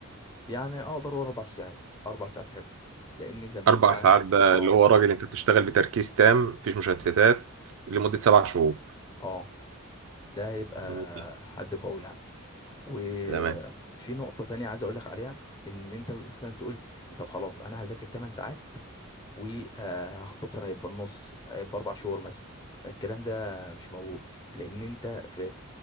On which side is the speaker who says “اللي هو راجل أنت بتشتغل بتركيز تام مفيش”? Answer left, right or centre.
Right